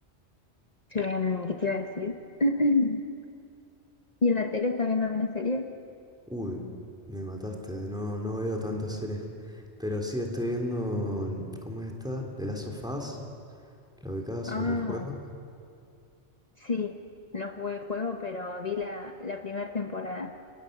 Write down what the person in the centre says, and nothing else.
Uy, me mataste, no, no veo tantas series. Pero sí estoy viendo, el- ¿cómo está De las sofás la ubicada sobre
el juego.